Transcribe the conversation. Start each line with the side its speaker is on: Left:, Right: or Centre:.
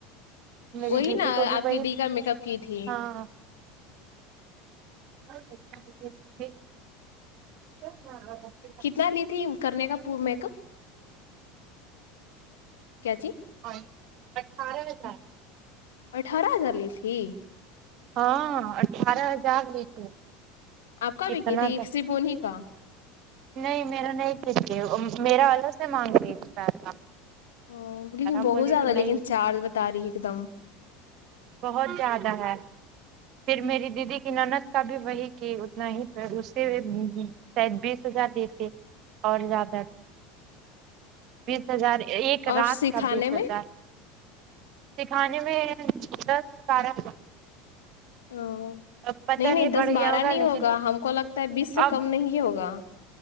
Right: میری
Left: وہی
Right: بیوی
Left: نا
Right: کو بھی
Left: آپ
Right: وہی
Left: کی دی کا میک اپ کی تھی
Right: ہاں <unintelligible>
Left: کتنا لی تھی کرنے کا پورا میک اپ کیا جی
Right: اور اٹھارہ ہزار
Left: اٹھارہ ہزار لی تھی
Right: ہاں اٹھار ہزار لی تھی
Left: آپ کا
Right: اتنا
Left: وکی تھی ایک
Right: کا
Left: سپونی کا
Right: نہیں میرا نہیں کیے میرا والے سے مانگ رہی تھی پیسہ
Left: ہوں لیکن
Right: ہم
Left: بہت
Right: بولے
Left: زیادہ
Right: کہ نہیں
Left: لیکن چارج بتا رہی ایک دم
Right: بہت زیادہ ہے پھر میری دیدی کی نند کا بھی وہی کی اتنا ہی پ اسے بھی شاید بیس ہزار لی تھی اور زیادہ بیس ہزار ایک
Left: اور
Right: رات
Left: سکھانے
Right: کا بیس ہزار سکھانے میں دس بارہ
Left: میں
Right: اب پتہ
Left: نہیں نہیں دس
Right: بڑھ گیا
Left: بارہ نہیں
Right: لیکن
Left: ہوگا ہم کو لگتا ہے بیس سے
Right: اب
Left: کم نہیں ہوگا